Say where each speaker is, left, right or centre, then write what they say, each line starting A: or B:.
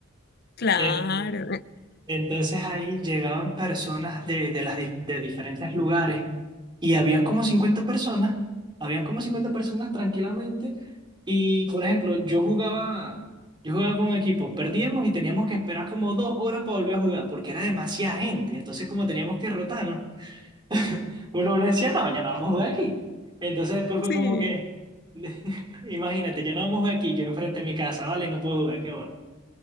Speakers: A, on the left; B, on the right.
A: claro,
B: <laughs> Entonces ahí llegaban personas de, de, las, di- de diferentes lugares y habían como 50 personas, habían como 50 personas tranquilamente y por ejemplo yo jugaba, yo jugaba con un equipo perdíamos y teníamos que esperar como dos horas para volver a jugar porque era demasiada gente, entonces como teníamos que rotarnos, <laughs> uno, uno decía no, ya no vamos a jugar aquí. Entonces después
A: <laughs>
B: fue
A: sí.
B: como que, <laughs> imagínate, ya no vamos a jugar aquí, yo enfrente de mi casa, vale, no puedo jugar, qué bueno.